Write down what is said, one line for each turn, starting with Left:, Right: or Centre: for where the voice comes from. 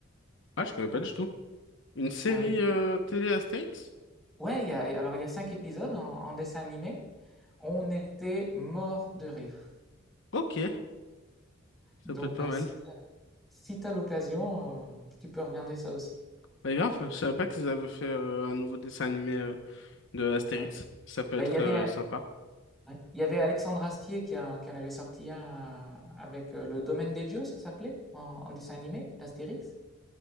Left: ah je connais pas du tout. Une série
Centre: Bah oui,
Left: euh, télé Astérix?
Centre: ouais. il Y a, alors il y a cinq épisodes en, en dessin animé. On était mort de rire.
Left: Ok, ça
Centre: Donc
Left: peut être
Centre: ben
Left: pas mal.
Centre: si, si t'as l'occasion, euh, tu peux regarder ça aussi.
Left: Bah grave, je savais pas qu'ils avaient fait euh, un nouveau dessin animé euh, de Astérix.
Centre: Ouais.
Left: Ça peut
Centre: Ben,
Left: être
Centre: il y avait,
Left: euh,
Centre: euh,
Left: sympa.
Centre: ouais, il y avait Alexandre Astier qui, a- qui en avait sorti un euh, avec euh, le Domaine des Dieux, ça s'appelait, en, en dessin animé d'Astérix.